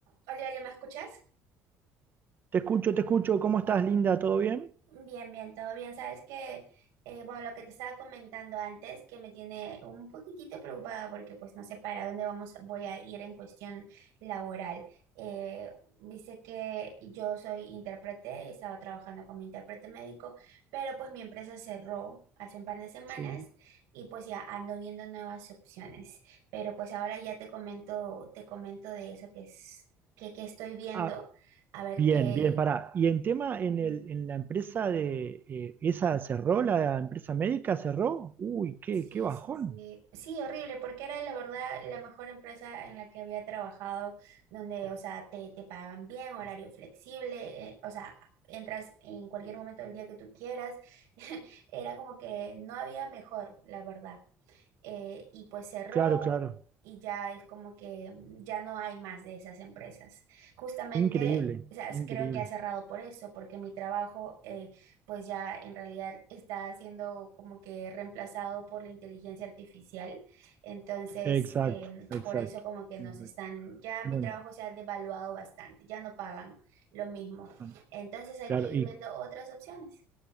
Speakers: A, on the right; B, on the right.
A: Hola, Olio, ¿me escuchas?
B: Te escucho, te escucho. ¿Cómo estás,
A: Oh,
B: Linda? ¿Todo bien?
A: bien, bien, todo bien. Sabes que, eh, bueno, lo que te estaba comentando antes, que me tiene un poquitito preocupada porque pues no sé para dónde vamos, voy a ir en cuestión laboral. Eh, dice que yo soy intérprete, estaba trabajando como intérprete médico, pero pues mi empresa cerró hace un par de semanas
B: Sí.
A: y pues ya ando viendo nuevas opciones. Pero pues ahora ya te comento, te comento de eso que es, que, que estoy viendo,
B: Ah,
A: a ver
B: Bien,
A: qué
B: bien, pará. Y en tema, en
A: Ujú.
B: el, en la empresa de, eh, esa cerró, la empresa médica cerró. Uy, qué,
A: Sí,
B: qué bajón.
A: sí, sí. Sí, horrible, porque era la verdad la mejor empresa en la que había trabajado, donde, o sea, te, te pagan bien, horario flexible, eh, o sea, entras en cualquier momento del día que tú quieras. <laughs> Era como que no había mejor, la verdad. eh, y pues cerró
B: Claro, claro.
A: y ya es como que mm, ya no hay más de esas empresas. Justamente,
B: Increíble,
A: o sea, es-
B: increíble.
A: creo que ha cerrado por eso, porque mi trabajo eh, pues ya en realidad está siendo como que reemplazado por la inteligencia artificial. Entonces,
B: Exacto,
A: em,
B: exacto.
A: por eso como que nos
B: exacto.
A: están, ya
B: Bueno,
A: mi trabajo se ha devaluado bastante, ya no pagan lo mismo.
B: bueno,
A: Entonces hay
B: claro.
A: que ir
B: Y
A: viendo otras opciones.